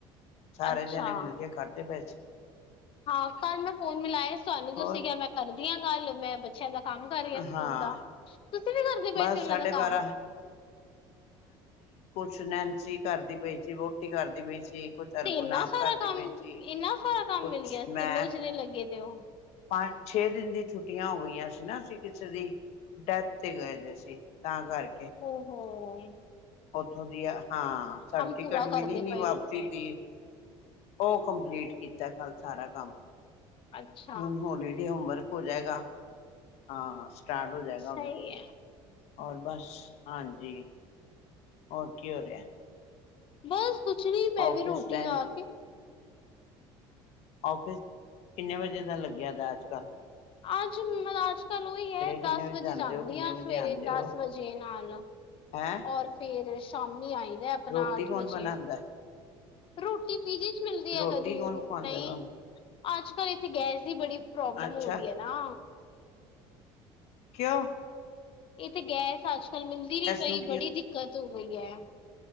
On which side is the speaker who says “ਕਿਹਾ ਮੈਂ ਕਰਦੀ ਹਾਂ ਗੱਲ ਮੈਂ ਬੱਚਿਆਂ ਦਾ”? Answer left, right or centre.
Left